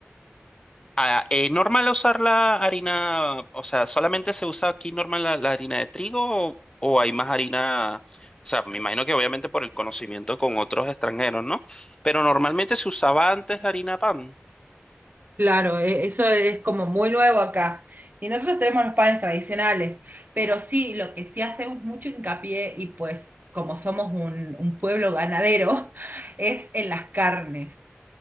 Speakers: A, on the left (about 20°); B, on the right (about 45°).
A: Ah, eh, ¿normal usar la harina? O sea, ¿solamente se usa aquí normal la, la harina de trigo o, o hay más harina? O sea, me imagino que obviamente por el conocimiento con otros extranjeros, ¿no? Pero normalmente se usaba antes la harina de pan.
B: Claro, e- eso es como muy nuevo acá. Y nosotros tenemos los panes tradicionales, pero sí, lo que sí hacemos mucho hincapié, y pues como somos un, un pueblo ganadero, <laughs> es en las carnes.